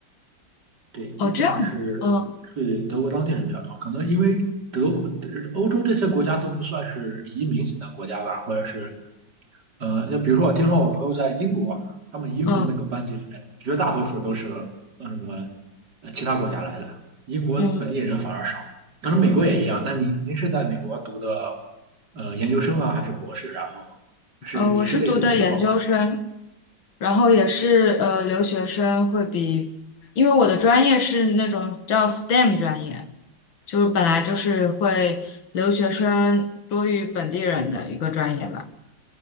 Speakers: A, on the right; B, on the left.
A: 对，毕竟还是
B: 哦，这样的，嗯
A: 是德国当地人比较多，可能因为德国、欧洲这些国家都不算是移民型的国家吧，或者是呃，那比如说我听说我朋友在英国，他们英国那个班级里面绝大多数都是呃什么
B: 嗯
A: 呃其他国家来的，英国本地人反而少。
B: 嗯。
A: 可能美国也一样。那您您是在美国读的呃研究生啊，还是博士？然后是也是类似的情况吗？
B: 呃，我是读的研究生，然后也是呃留学生会比，因为我的专业是那种叫 STEM 专业，就是本来就是会留学生多于本地人的一个专业吧。